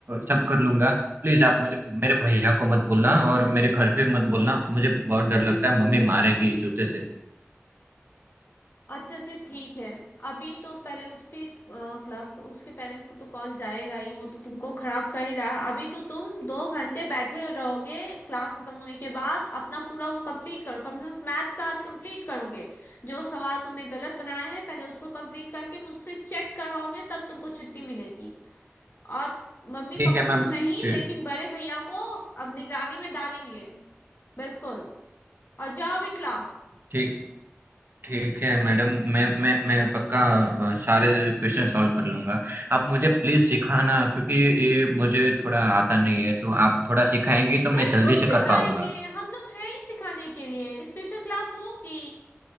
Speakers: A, on the right; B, on the left.
A: सब कर लूंगा प्लीज आप मुझे मेरे भैया को मत बोलना और मेरे घर पे मत बोलना मुझे बहुत डर लगता है मम्मी मारेगी जूते से
B: अच्छा अच्छा ठीक है अभी तो पहले उसके क्लास को उसके पेरेंट्स को तो कॉल जाएगा ही वो तो तुमको खराब कर ही रहा है अभी तो तुम दो घंटे बैठे रहोगे क्लास खत्म होने के बाद अपना पूरा वो कंप्लीट करो कम से कम मैथ्स का आज कंप्लीट करोगे जो सवाल तुमने गलत बनाए हैं पहले उसको कंप्लीट करके मुझसे चेक करवाओगे तब तुमको छुट्टी मिलेगी और मम्मी
A: ठीक
B: पापा
A: है
B: को
A: मैम
B: तो नहीं
A: जी,
B: लेकिन बड़े भैया को अब निगरानी में डालेंगे बिल्कुल और जाओ भी क्लास
A: ठीक ठीक है मैडम मैं मैं मैं पक्का अ, सारे क्वेश्चन सॉल्व कर लूंगा आप मुझे प्लीज सिखाना क्योंकि ये मुझे थोड़ा आता नहीं है तो आप थोड़ा सिखाएंगी तो
B: बिल्कुल
A: मैं जल्दी से
B: सिखाएंगे
A: कर पाऊंगा
B: हम लोग हैं ही सिखाने के लिए स्पेशल क्लास होगी